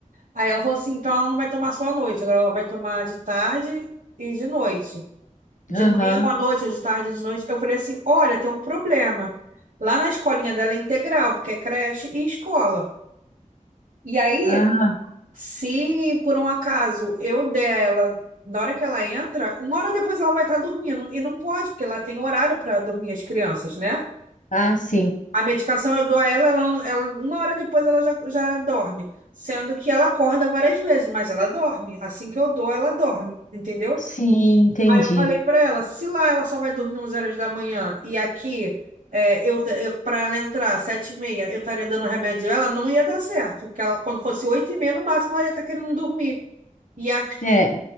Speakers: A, on the right; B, on the left.
A: Aí ela falou assim: então ela não vai tomar só à noite, agora ela vai tomar de tarde e de noite. De
B: Aham.
A: manhã à noite, ou de tarde e de noite. Eu falei assim: olha, tem um problema. Lá na escolinha dela é integral, porque é creche e escola. E aí.
B: Aham.
A: Se por um acaso eu der ela na hora que ela entra, uma hora depois ela vai estar dormindo. E não pode, porque ela tem horário para dormir as crianças, né?
B: Ah, sim.
A: A medicação eu dou a ela, ela, ela- uma hora depois ela já, já dorme. Sendo que ela acorda várias vezes, mas ela dorme. Assim que eu dou, ela dorme, entendeu?
B: Sim, entendi.
A: Aí eu falei pra ela, se lá ela só vai dormir 11 horas da manhã e aqui é, eu, eu para ela entrar sete e meia, eu estaria dando remédio a ela, não ia dar certo, porque ela quando fosse oito e meia no máximo ela ia estar querendo dormir. Ia,
B: É,